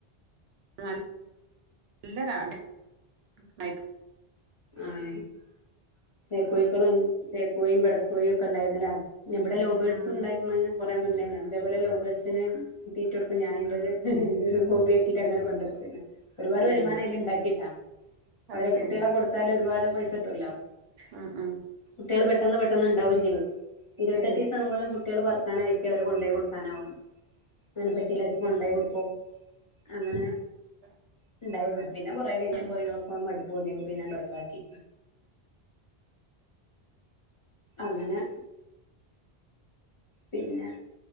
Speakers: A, on the right (about 75°); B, on the left (about 35°).
A: <unintelligible> നല്ലതാ <unintelligible>
B: <unintelligible> ചേക്കോയ്ക്കളും
A: ഉം
B: ചേക്കോയിം പെടക്കോയൊക്കെ ണ്ടായിരുന്നു ല്ലേ നബടെ ലൗബേഡ്സു
A: ഉം
B: ണ്ടായിര്ന്ന് ഞാപർഞ്ഞിലെ ഞാനിതേപോലെ ലൗ ബേട്സിന് തീറ്റൊട്ക്കും ഞാനിൻ്റെത് ഒരു ഹോബ്യാക്കിട്ട് അങ്ങനെ കൊണ്ടട്ക്കു അയ്നെ. ഒരുപാട് വരുമാനം
A: ഏ
B: അയ്ല്ണ്ടാക്കിട്ടാ അവരെ
A: അത് ശരി
B: കുട്ട്യാളെ കൊട് ഒരുപാട് പൈസ ട്ടൊവല്ലോ
A: ഉം ഉം
B: കുട്ട്യോള് പെട്ടെന്ന് പെട്ടെന്ന്ണ്ടാവും ചെയ്യും ഇരുവത്തട്ടീസങ്ങനെ
A: ഏ
B: കു കുട്ട്യാള് പെർക്കാനായിട്ട് അവരെ കൊണ്ടെയി കൊട്ക്കാനാവും അങ്ങനെ പെട്ടിലാക്കി ഉണ്ടായി കൊടുക്കും അങ്ങനെ
A: <unintelligible>
B: <unintelligible> ഇല്ലായിരുന്നു പിന്നെ കൊറേ കിഞ്ഞപ്പ
A: ഉം
B: ആയിനോപ്പം മട് പൂർണ്ണിവ പിന്നെണ്ടവ്വോ വാട്ടി അങ്ങനെ പിന്നെ